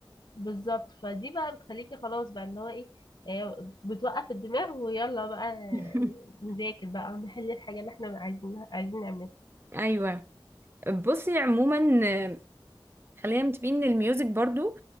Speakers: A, on the left (about 55°); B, on the right (about 25°).
A: بالظبط فدي بقى بتخليكي خلاص بقى اللي هو ايه آه، بتوقف الدماغ ويلا بقى
B: <laughs>
A: نذاكر بقى ونحل الحاجة اللي احنا عايزين عايزين نعملها
B: ايوه بصي عموما آه، خلينا متفقين ان الميوزك برضو